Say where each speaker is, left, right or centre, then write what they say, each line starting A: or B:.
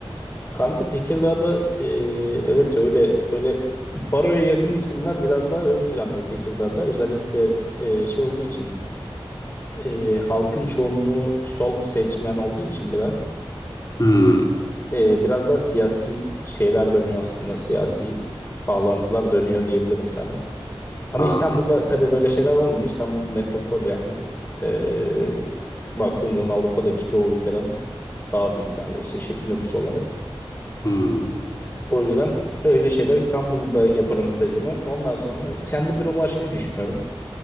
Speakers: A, on the left; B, on the left.
A: Kanka Tekirdağ'da ee, evet öyle böyle baroya yakın isimler biraz daha ön planda Tekirdağ'da. Özellikle ee, şey olduğu için ee, halkın çoğunluğu sol seçmen olduğu için biraz
B: Hmm.
A: ee, biraz daha siyasi şeyler dönüyor aslında. Siyasi bağlantılar dönüyor diyebilirim sana. Ama
B: Aa.
A: İstanbul'da tabii böyle şeyler olmuyor. İstanbul metropol yani. Ee, baktığın zaman Avrupa'daki çoğu ülkeden daha büyük neredeyse şey- nüfus olarak.
B: Hmm.
A: O yüzden öyle şeyler İstanbul'da yaparım stajımı. Ondan sonra kendi büromu açmayı düşünüyorum.